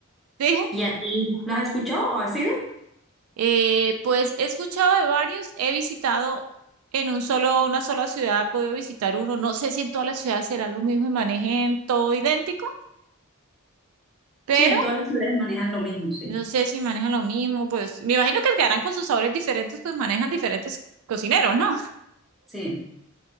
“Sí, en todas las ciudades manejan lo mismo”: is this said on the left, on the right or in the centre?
Centre